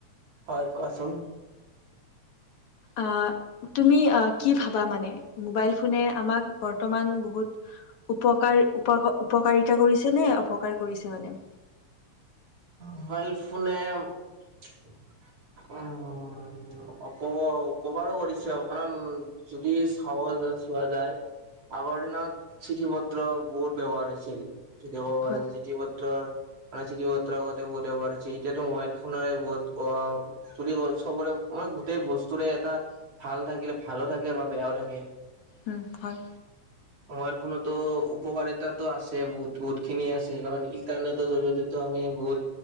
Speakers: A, on the right; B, on the left.
A: হয় কোৱাচোন।
B: আ তুমি আহ কি ভাবা মানে মোবাইল ফোনে আমাক বৰ্তমান বহুত উপকাৰ উপ উপকাৰিতা কৰিছে নে অপকাৰ কৰিছে মানে?
A: মোবাইল ফোনে উমমমম অপ্ উপকাৰো কৰিছে আৰু কাৰণ যদি চাব চোৱা যায় আগৰ দিনত চিঠি পত্ৰ বহুত ব্যৱহাৰ হৈছিল। যদি ক'ব পাৰ
B: হয়
A: চিতি পত্ৰ মানে চিঠি পত্ৰ পাৰিচে এতিয়াটো মোবাইল ফোনে ব ক চব মান গোটেই বস্তুৰে এটা ভাল থাকিলে ভালো থাকে বা বেয়াও থাকে।
B: উম, হয়।
A: মোবাইল ফোনতো উপকাৰিতাতো আছে বহুত - বহুতখিনি আছে কাৰণ ইণ্টাৰনেটৰ জৰিয়তে আমি ভহুত